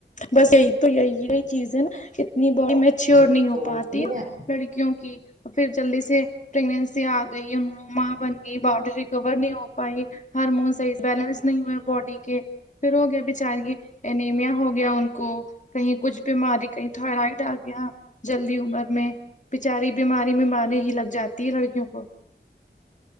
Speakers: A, on the left; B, on the right.
A: بس یہی تو ہی ای رہی چیزیں نا کتنی بی میچور
B: یہ
A: نہیں ہو
B: تو ہوتی
A: پاتی
B: ہیں
A: لڑکیوں کی پھر جلدی سے پریگنسی آ گئی ان ماں بن گئی باڈی ریکور نہیں ہو پائی ہارمون صحیز بیلنس نہیں ہوئے باڈی کے پھر ہو گیا بیچاریے انمیا ہو گیا ان کو کہیں کچھ بیماری کہیں تھائرائڈ آ گیا جلدی عمر میں بچاری بیماری میں مار ہی لگ جا تی لڑکیوں کو